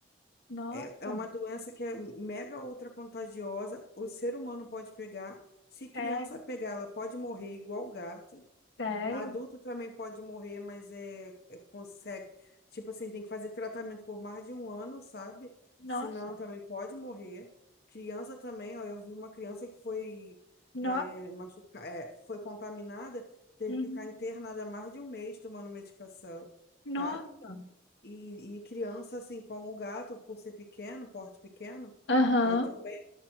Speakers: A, on the left; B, on the left.
A: Nossa,
B: é, é uma doença que é mega ultra contagiosa. O ser humano pode pegar. Se criança
A: é
B: pegar, ela pode morrer igual gato.
A: sério?
B: Adulto também pode morrer, mas é, é- consegue. Tipo assim, tem que fazer tratamento por mais de um ano, sabe?
A: Nossa,
B: Senão também pode morrer. Criança também, ó, eu vi uma criança que foi
A: nossa.
B: é, machuca, é, foi contaminada, teve
A: Uhum.
B: que ficar internada mais de um mês tomando medicação, tá?
A: Nossa.
B: E, e criança, assim como o gato, por ser pequeno, porte pequeno,
A: Aham.
B: é, também